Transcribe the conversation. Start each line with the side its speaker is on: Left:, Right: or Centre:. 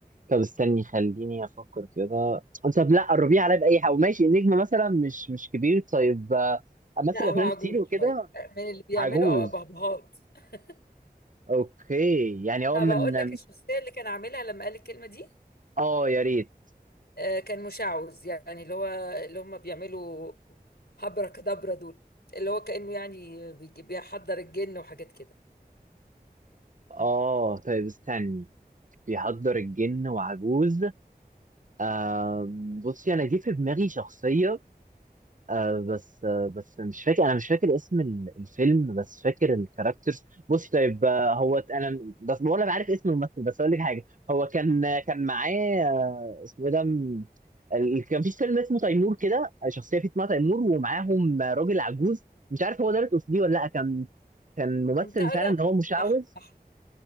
Right: طب استني خليني أفكر كده طب لا قربيه عليا بأي حاجة ماشي النجم مثلا مش مش كبير طيب آه، مثل
Left: لا
Right: أفلام
Left: هو عجوز
Right: كتير وكده
Left: شويه من اللي بيعملوا
Right: عجوز
Left: او بهبهات <laughs>
Right: أوكي يعني هو
Left: طب
Right: من
Left: اقول لك الشخصيه اللي كان عاملها لما قال الكلمه دي
Right: آه يا ريت
Left: آه، كان مشعوذ يعني اللي هو اللي هم بيعملوا هبرك دبرة دول اللي هو كأنه يعني بيجي- بيحضر الجن وحاجات كده
Right: آه طيب استني بيحضر الجن وعجوز آم، بصي أنا جه في دماغي شخصية آه بس آه بس مش فاكر انا مش فاكر اسم ال- الفيلم بس فاكر الكاركترز بص طيب آه هو ت- انا بس ولا عارف اسم الممثل بس اقول لك حاجه هو كان آه، كان معاه آه اسمه ايه ده م- ال- كان في فيلم اسمه تيمور كده شخصيه فيه اسمها تيمور ومعاهم آه، راجل عجوز مش عارف هو ده اللي تقصديه ولا لا كان كان ممثل
Left: انت قربت
Right: فعلا ان هو مشعوذ
Left: صح صح